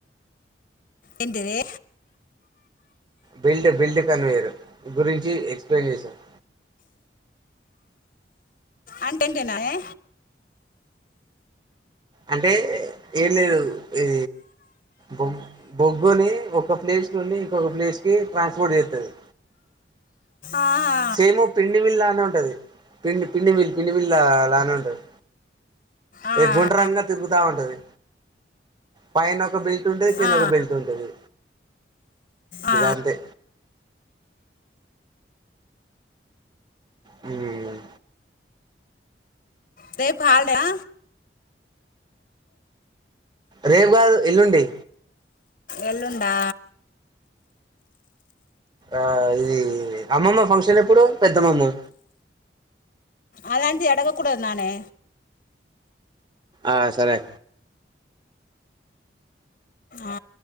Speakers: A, on the left; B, on the right.
A: ఏంటిది
B: బిల్డ్ బిల్డ్ కన్వేయరు గురించి ఎక్సప్లేయిన్ చేసాను
A: అంటేంటేనాయే
B: అంటే ఏం లేదు ఇ బొ బొగ్గుని ఒక ప్లేస్ నుండి ఇంకొక ప్లేస్ కి ట్రాన్స్పోర్ట్ చేత్తది
A: ఆహా
B: సేము పిండివిల్లా అని ఉంటది పిండి పిండిమిల్ పిండిమిల్ లానే ఉంటది.
A: ఆ
B: ఏ గుండరంగ తిరుగుతా ఉంటది పైన ఒక బెల్ట్ ఉంటది కింద
A: ఆ
B: ఒక బెల్ట్ ఉంటది
A: ఆ
B: అంతే హ్మ్
A: రేపు హాలిడే యా
B: రేపు కాదు ఎల్లుండి
A: ఎళ్ళుండా
B: ఆ ఇది అమ్మమ్మ ఫంక్షన్ ఎప్పుడు పెద్దమమ్మ
A: అలాంటి ఆడకూడదు నానే
B: ఆ సరే
A: ఆ